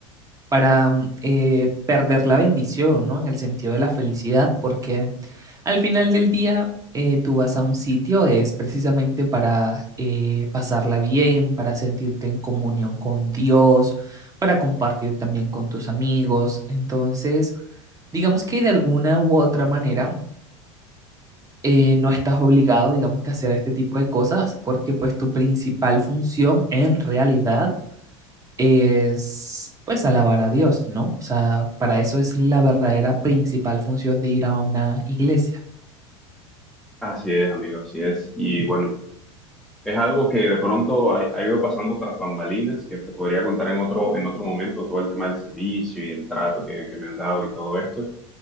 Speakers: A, on the right; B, in the centre.
A: para mm, eh, perder la bendición, ¿no? En el sentido de la felicidad, porque al final del día eh, tú vas a un sitio, es precisamente para eh, pasarla bien, para sentirte en comunión con Dios, para compartir también con tus amigos, entonces... Digamos que de alguna u otra manera eh, no estás obligado, digamos, que a hacer este tipo de cosas porque pues tu principal función en realidad es pues alabar a Dios, ¿no? O sea, para eso es la verdadera principal función de ir a una iglesia.
B: Así es, amigo, así es. Y bueno, es algo que de pronto ha, ha ido pasando tras bambalinas, que te podría contar en otro, en otro momento todo el tema del servicio y el trato que, que me han dado y todo esto.